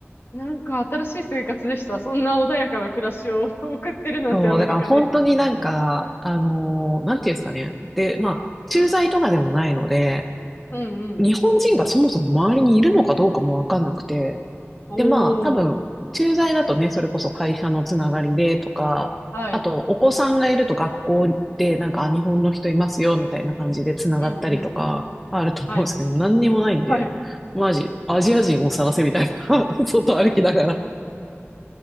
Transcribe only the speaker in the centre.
そう、だから本当になんか、あのーなんていうんですかね。で、まあ、駐在とかでもないので、
日本人がそもそも周りにいるのかどうかもわかんなくて、
で、まあ、多分、
駐在だとね、それこそ会社のつながりでとか、
あと、お子さんがいると学校で、なんか、あ日本の人いますよ、みたいな感じでつながったりとか、
あると思うんですけど、
何にもないんで、
マジ、アジア人を探せみたいな、<laughs> 外歩きながら